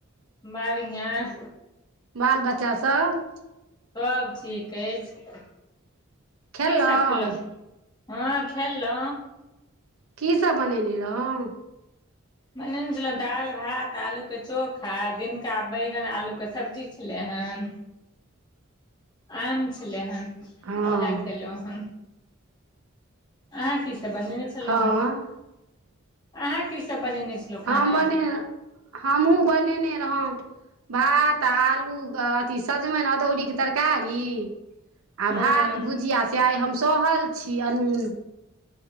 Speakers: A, on the left; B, on the right.
A: बढ़िआँ
B: बाल बच्चा सब
A: सभ ठीक अछि
B: खेलौं
A: कीसभ खेलो हँ खेलौ
B: की सब बनेने रहौ
A: बनेने छलहुँ दालि भात आलू के चोखा दिनका बैगन आलू के सब्जी छलै हन
B: <unintelligible>
A: आम छलै हेन
B: हँ
A: उएह खेलहुँ हेन अहाँ की सब बनेने छलहुं
B: हँ
A: अहाँ की सब बनेने छलहुँ खाना
B: हम बने हमहहुँ बनेने रहौं भात आलू अथी सजमनि अदौरीक के तरकारी आ
A: हँ
B: भात भुजिया से आइ हम सहल छी अनून